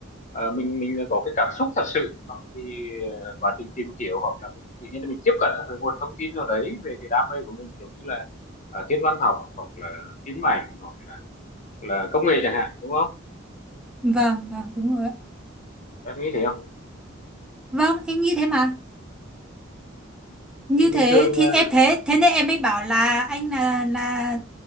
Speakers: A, on the left; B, in the centre.
A: ờ, mình mình có cái cảm xúc thật sự trong thì ờ, quá trình tìm hiểu hoặc là mình tự nhiên mình tiếp cận một cái nguồn thông tin nào đấy về cái đam mê của mình giống như là ờ, thiên văn học hoặc là phim ảnh hoặc là là công nghệ chẳng hạn đúng không
B: vâng, vâng, đúng rồi. ạ.
A: em nghĩ thế không
B: Vâng, em nghĩ thế mà. Như
A: thì
B: thế
A: bình thường
B: thì
A: ờ,
B: em thế, thế nên em mới bảo là anh là là